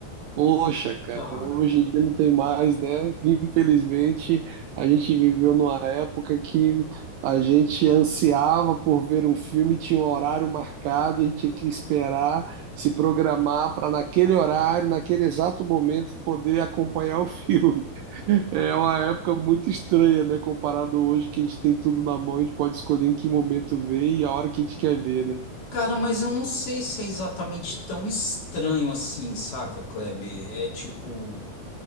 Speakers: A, on the right; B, on the left.
A: Poxa, cara,
B: cara.
A: hoje em dia não tem mais, né? Infelizmente, a gente viveu numa época que a gente ansiava por ver um filme, tinha um horário marcado, e a gente tinha que esperar, se programar para naquele horário, naquele exato momento, poder acompanhar o filme. <laughs> É uma época muito estranha, né? Comparado hoje, que a gente tem tudo na mão, a gente pode escolher em que momento ver e a hora que a gente quer ver, né?
B: Cara, mas eu não sei se é exatamente tão estranho assim, saca, Kleber? É tipo.